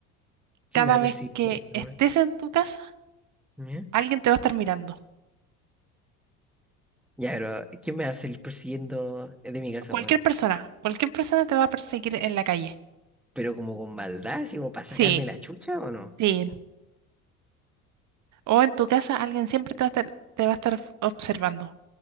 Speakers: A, in the centre; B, on the right.
A: ¿Quién
B: cada
A: me va a
B: vez
A: perseguir
B: que
A: corriendo,
B: estés
A: weón?
B: en tu casa,
A: ¿Ya?
B: alguien te va a estar mirando.
A: Ya, pero ¿quién me va a salir persiguiendo de mi casa,
B: Cualquier
A: weón?
B: persona. Cualquier persona te va a perseguir en la calle.
A: Pero como con maldad, así como para
B: Sí,
A: sacarme la chucha o no.
B: sí. O en tu casa, alguien siempre te va a estar, te va a estar observando.